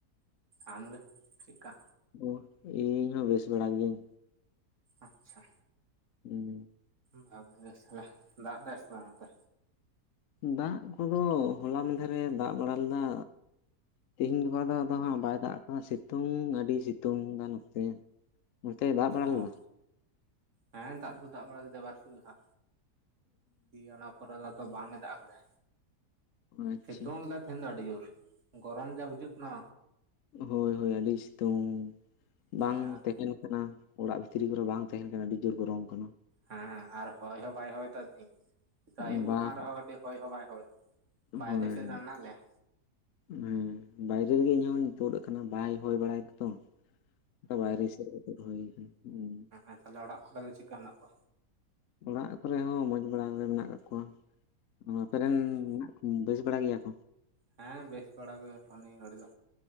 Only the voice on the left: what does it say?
ᱚ ᱤᱧ ᱦᱚᱸ ᱵᱮᱥ ᱵᱟᱲᱟ ᱜᱮᱧ
ᱦᱩᱸ
ᱫᱟᱜ ᱠᱚᱫᱚ ᱦᱚᱞᱟ ᱢᱟᱫᱷᱮᱨ ᱨᱮ ᱫᱟᱜ ᱵᱟᱲᱟ ᱞᱮᱫᱟ ᱛᱮᱦᱮᱧ ᱜᱟᱯᱟ ᱫᱚ ᱟᱫᱚ ᱦᱟᱸᱜ ᱵᱟᱭ ᱫᱟᱜ ᱟᱠᱟᱫᱟ ᱥᱤᱛᱩᱝ ᱟᱹᱰᱤ ᱥᱤᱛᱩᱝ ᱮᱫᱟ ᱱᱚᱛᱮ ᱚᱱᱛᱮ ᱫᱟᱜ ᱵᱟᱲᱟ
ᱞᱮᱫᱟ?
ᱟᱪᱪᱷᱟ
ᱦᱳᱭ ᱦᱳᱭ ᱟᱹᱰᱤ ᱥᱤᱛᱩᱝ
ᱵᱟᱝ
ᱛᱮᱠᱤᱱ ᱠᱟᱱᱟ ᱚᱲᱟᱜ ᱵᱷᱤᱛᱨᱤ ᱠᱚᱨᱮ ᱵᱟᱝ ᱛᱟᱦᱮᱸᱱ ᱠᱟᱱᱟ ᱟᱹᱰᱤ ᱡᱩᱨ ᱜᱚᱨᱚᱢ ᱠᱟᱱᱟ
ᱵᱟᱝ
ᱦᱳᱭ
ᱦᱮᱸ ᱵᱟᱭᱨᱮ ᱨᱮᱜᱮ ᱤᱧᱦᱧ ᱛᱩᱫ ᱟᱠᱟᱱᱟ ᱵᱟᱭ ᱦᱩᱭ ᱵᱟᱲᱟᱭᱮᱫᱟ ᱛᱚ ᱚᱱᱠᱟ ᱵᱟᱭᱨᱮ ᱥᱮᱫ ᱨᱮ ᱛᱩᱫ ᱦᱩᱭ ᱟᱠᱟᱱᱟ ᱦᱩᱸ
ᱚᱲᱟᱜ ᱠᱚᱨᱮᱦᱚᱸ ᱢᱚᱸᱡᱽ ᱵᱟᱲᱟ ᱜᱮ ᱢᱮᱱᱟᱜ ᱟᱠᱟᱜ ᱠᱚᱣᱟ᱾ ᱚ ᱟᱯᱮ ᱨᱤᱱ
ᱠᱷᱟᱜ ᱵᱮᱥ ᱵᱟᱲᱟ ᱜᱮᱭᱟ ᱠᱚ